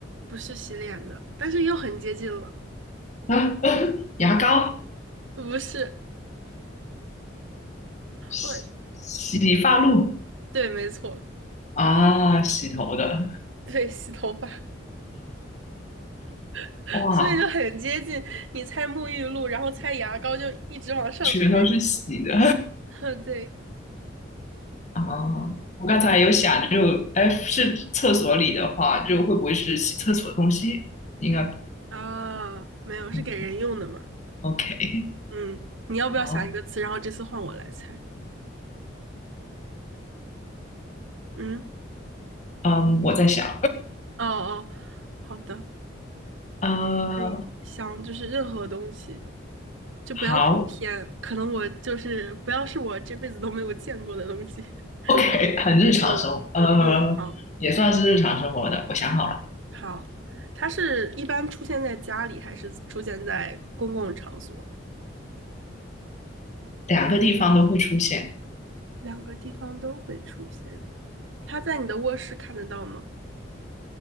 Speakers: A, on the right; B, on the left.
A: 不是洗脸的，但是又很接近了。
B: 啊，<laughs> 牙膏、
A: 不是，
B: 洗洗发露
A: 我对，没错，
B: 啊，洗头的，
A: 对，洗头发，<laughs>
B: 哇，
A: 所以就很接近。你猜沐浴露，然后猜牙膏，就一直往上猜。
B: 全都是洗的
A: <laughs> 对，
B: <laughs> 啊！我刚才有想就，
A: 没
B: 哎，是厕所里的话，就会不会是洗厕所的东西？应该，
A: 啊，没有，是给人用的嘛？
B: 嗯，OK，
A: 嗯，你要不要想一个词？
B: 好，
A: 然后这次换我来猜。嗯，
B: 嗯，我在想，
A: 哦哦，好的，
B: <laughs> 呃，
A: 可以想，就是任何东西，就不要太偏，
B: 好
A: 可能我就是不要是我这辈子都没有见过的东西。<laughs>
B: ，OK，很日常生活，
A: 嗯嗯，
B: 呃，
A: 好。
B: 也算是日常生活的。我想好了，
A: 好，它是一般出现在家里，还是出现在公共场所？
B: 两个地方都会出现，
A: 两个地方都会出现。它在你的卧室看得到吗？